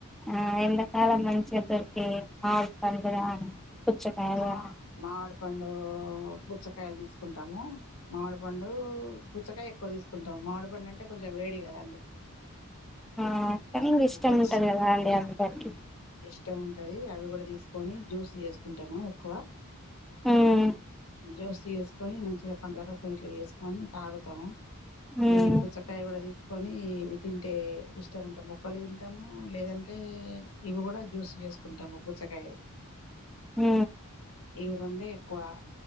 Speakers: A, in the centre; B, on the left.
A: ఆ ఎండా కాాలం మంచిగ దొరికే మామిడి పండ్లు గాని పుచ్చకాయలు
B: మా
A: గాని
B: మామిడి పండు పుచ్చకాయలు తీసుకుంటాము మామిడి పండు పుచ్చకాయ ఎక్కువ తీసుకుంటాము మామిడిపండు అంటే కొంచెం వేడి కదండి
A: ఆ కానీ ఇష్టం
B: పుచ్చ
A: ఉంటది కదా అండి అందరికి
B: ఇష్టం ఉంటది అవి కూడా తీసుకొని జ్యూస్ చేసుకుంటాము ఎక్కువ
A: ఉమ్
B: జ్యూస్ చేసుకొని మంచిగా పండ్ల రసం ఇట్లా చేసుకొని తాగుతము
A: ఉమ్
B: ఈ పుచ్చకాయ కూడా తీసుకొని ఇవి తింటే ఇష్టం ఉంటే మొక్క ముక్కలు తింటాము లేదంటే ఇవి కూడా జ్యూస్ చేసుకుంటాము పుచ్చకాయ
A: హ
B: ఇవి రెండే ఎక్కువ